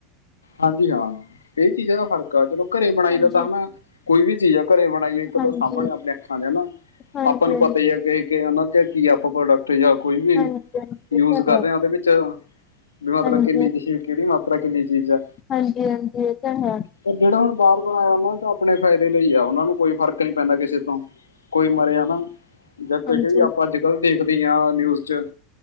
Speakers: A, on the left; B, on the left.
A: ਹਾਂਜੀ ਹਾਂ ਕਈ ਚੀਜ਼ਾਂ ਦਾ ਫਰਕ ਆ ਚਲੋ ਘਰੇ ਬਣਾਈ
B: ਹਾਂਜੀ।
A: ਦਾ ਤਾਂ ਹਨਾ ਕੋਈ ਵੀ ਚੀਜ਼ ਆ ਘਰੇ ਬਣਾ ਇੱਕ ਤਾਂ
B: ਹਾਂਜੀ,
A: ਸਾਹਮਣੇ ਆਪਣੇ ਅੱਖਾਂ ਦੇ ਹਨ ਨਾ
B: ਹਾਂਜੀ, ਹਾਂਜੀ,
A: ਆਪਾਂ ਨੂੰ ਪਤਾ
B: ਹਾਂਜੀ,
A: ਹੀ ਹੈ ਕਿ ਇਹਨਾਂ ਤੇ ਕੀ ਆਪਾਂ ਪ੍ਰੋਡਕਟ ਜਾਂ ਕੋਈ ਵੀ
B: ਹਾਂਜੀ ਹਾਂਜੀ
A: ਯੂਜ
B: ਇਹ ਤਾਂ
A: ਕਰ
B: ਹੈ।
A: ਰਿਹਾ ਉਹਦੇ ਵਿੱਚ ਵੀ ਮਤਲਬ
B: ਹਾਂਜੀ,
A: ਕਿੰਨੀ ਤੁਸੀਂ ਕਿਹੜੀ ਮਾਤਰਾ ਕਿੰਨੀ ਚੀਜ਼ ਹੈ।
B: ਹਾਂਜੀ ਹਾਂਜੀ ਇਹ ਤਾਂ ਹੈ।
A: ਪਰ ਜਿਹੜਾ ਹੁਣ ਬਾਹਰ ਬਣਾਇਆ ਉਹਨਾਂ ਚ ਆਪਣੇ ਫਾਇਦੇ ਲਈ ਆ ਉਹਨਾਂ ਨੂੰ ਕੋਈ ਫ਼ਰਕ ਨਹੀਂ ਪੈਂਦਾ ਕਿਸੇ ਤੋਂ ਕੋਈ ਮਰਿਆ ਨਾ ਜਾਂ ਕੁਛ
B: ਹਾਂਜੀ,
A: ਵੀ ਆਪਾਂ ਗੱਲ ਦੇਖਦੇ ਹਾਂ ਨਿਊਜ਼ ਚ